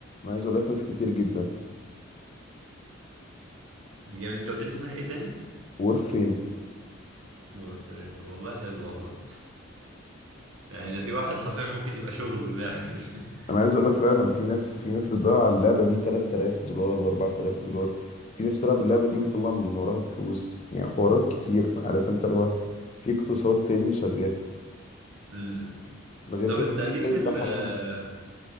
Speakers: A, on the left; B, on the right.
A: عايز اقول لك ناس كتير جدا
B: يعني انت قلت لي اسمها ايه تاني؟
A: وور فريم
B: بورفرين والله حلو والله يعني ده في واحد حرفيا ممكن يبقى شغله اللعبة دي <laughs>
A: انا عايز اقول لك فعلا في ناس في ناس بتضيع على اللعبه دي 3000 دولار و4000 دولار في ناس بتلعب اللعبه دي وتطلع من وراها فلوس يعني حوارات كتير عارف انت اللي هو في اقتصاد تاني شغال
B: مم.
A: ده غير
B: طب
A: كده
B: انت
A: الجيم
B: ليك
A: بلاي
B: في
A: بتاعها
B: ال آه،
A: حلو